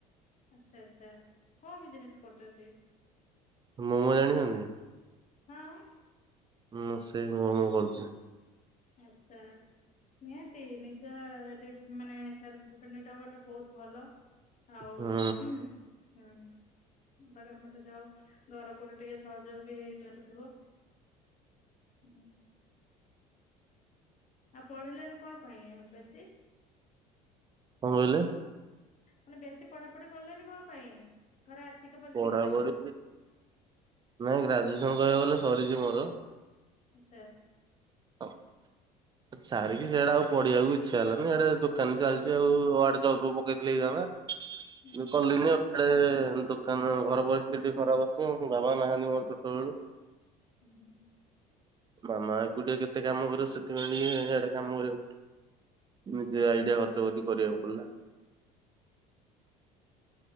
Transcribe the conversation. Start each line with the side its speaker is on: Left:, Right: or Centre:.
Left: ଆଚ୍ଛା ଆଚ୍ଛା କୋଉ ବିଜନେସ କରୁଚନ୍ତି।
Right: ମୋମୋ ଜାଣିଛନ୍ତି?
Left: ହଁ।
Right: ହୁଁ ସେଇ ମୋମୋ ମୁଁ କରୁଚି।
Left: ଆଚ୍ଛା। ନିହାତି ନିଜ ଡି ମାନେ ସେଲଫ୍ ଡିପେଣ୍ଡେଣ୍ଟ ହବାଟା ବୋହୁତ ଭଲ। ଆଉ
Right: ହୁଁ
Left: ହୁଁ। ଭଲ ମତେ ଯାହୋଉ ଘର କୋଳି ଟିକେ ସହଯୋଗ ବି ହେଇପାରୁଥୁବ। ଉଁ। ଆଉ ପଢେଇଲେ ନି କଣ ପାଇଁ ବେଶୀ?
Right: କଣ କହିଲେ?
Left: ମାନେ ବେଶୀ ପଢା ପଢି କଲେଣିି କଣ ପାଇଁ ଘରେ ଆର୍ଥିକ ପରିସ୍ଥିତି
Right: ପଢାପଢି
Left: ପାଇଁ।
Right: ନାଇଁ ଗ୍ରାଜୁଏସନ କହିବାକୁ ଗଲେ ସରିଚି ମୋର।
Left: ଆଚ୍ଛା।
Right: ହଁ ସାରିକି ସେଇଟା ଆଉ ପଢିଆକୁ ଇଚ୍ଛା ହେଲାନି ଆଡେ ଦୋକାନ ଚାଲିଚି ଆଉ ଆଡେ ଜବ୍ ପକେଇଥିଲେ ହେଇଥାନ୍ତା।
Left: ହୁଁ
Right: ମୁଁ ପଢ଼ଲିନି ଏପଟେ ଦୋ ସାନ ଘରେ ପରିସ୍ଥିତି ଟିକେ ଖରାପ ଅଛି ବାବା ନାହାନ୍ତି ମୋର ଛୋଟବେଳୁ।
Left: ଉଁହୁଁ।
Right: ମାମା ଏକୁଡଟିଆ କେତେ କାମ କରିବ ସେଥିପାଇଁ ଟିକେ ଇଆଡେ କାମ କରିବାକୁ ନିଜେ ଆଇଡିଆ ଖର୍ଚ୍ଚ କରିକି କରିବାକୁ ପଡିଲା।